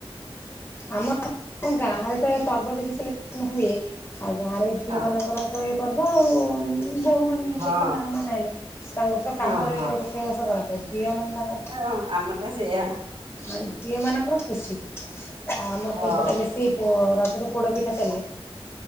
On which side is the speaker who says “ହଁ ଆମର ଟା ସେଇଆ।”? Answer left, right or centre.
Right